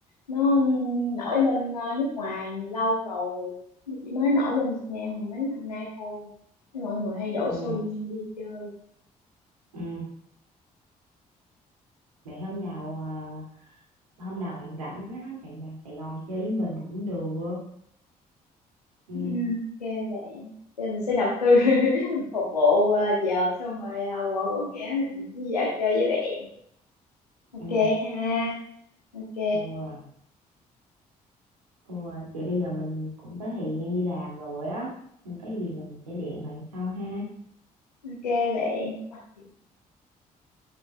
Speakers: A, on the left; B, on the right.
A: nó um, nổi bên ờ, nước ngoài lâu rồi nó chỉ mới nổi bên Việt Nam mình mấy năm nay thôi Thế mọi người hay đổ
B: Ừ.
A: xô đi đi chơi
B: Ừ. Vậy hôm nào ờ, hôm nào bạn rảnh á, bạn vào Sài Gòn chơi với mình cũng được ừ
A: Ừ, ok bạn Thế mình sẽ đầu tư <laughs> một bộ ờ, vợt xong rồi ờ, bộ quần áo rồi mình đi vào chơi với bạn ok
B: ừ
A: ha ok
B: ừ, ừ. vậy bây giờ mình cũng tới thời gian đi làm rồi á nên có gì mình sẽ điện bạn sau ha
A: ok bạn ok